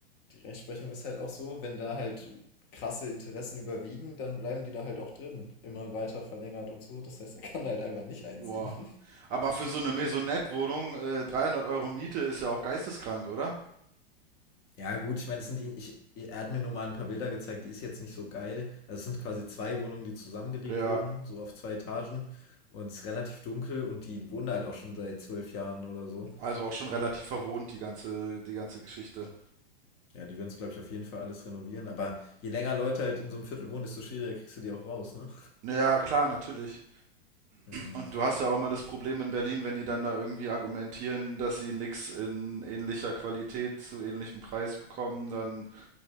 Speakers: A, on the left (about 35°); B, on the right (about 25°).
A: die Rechtsprechung ist halt auch so, wenn da halt krasse Interessen überwiegen, dann bleiben die da halt auch drin. Immer weiter verlängert und so. Das heißt, er kann halt einfach nicht einziehen.
B: boah.
A: <laughs>
B: Aber für so eine Maisonette-Wohnung, äh, 300 Euro Miete ist ja auch geisteskrank, oder?
A: Ja, gut, ich meine, das sind die, ich, er hat mir nur mal ein paar Bilder gezeigt, die ist jetzt nicht so geil. Also es sind quasi zwei Wohnungen, die zusammengelegt
B: Ja,
A: wurden, so auf zwei Etagen. Und es ist relativ dunkel und die wohnen da halt auch schon seit zwölf Jahren oder so.
B: also auch schon relativ verwohnt, die ganze, die ganze Geschichte.
A: Ja, die würden es, glaube ich, auf jeden Fall alles renovieren. Aber je länger Leute halt in so einem Viertel wohnen, desto schwieriger kriegst du die auch raus, ne?
B: Naja, klar, natürlich.
A: Ja.
B: Und du hast ja auch immer das Problem in Berlin, wenn die dann da irgendwie argumentieren, dass sie nichts in ähnlicher Qualität zu ähnlichem Preis bekommen, dann